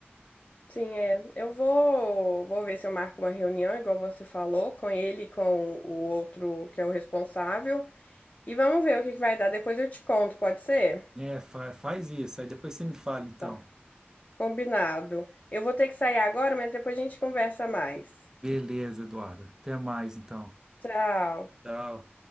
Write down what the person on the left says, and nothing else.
Sim, é. Eu vou, vou ver se eu marco uma reunião, igual você falou, com ele e com o outro que é o responsável. E vamos ver o que que vai dar. Depois eu te conto, pode ser?
Tá. Combinado. Eu vou ter que sair agora, mas depois a gente conversa mais.
Tchau.